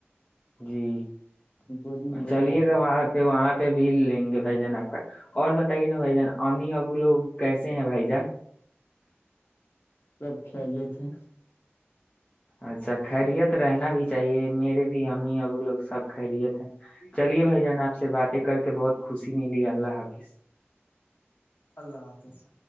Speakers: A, on the left (about 25°); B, on the left (about 50°).
A: جی
B: ایک وڈی میں بیٹھا
A: چلیے
B: کر
A: گا وہاں پہ وہاں پہ بھی لیں گے بھائی جان آپ کا اور بتائیے نا بھ جان امی ابو لوگ کیسے ہیں بھائی جان
B: سب کھجے تھے
A: اچھا خیریت رہنا بھی چاہیے میرے بھی امی ابو لوگ سب کھائی دے تھے چلیے بھائی جان آپ سے باتیں کر کے بہت خوشی ملی اللہ حافظ
B: اللہ حافظ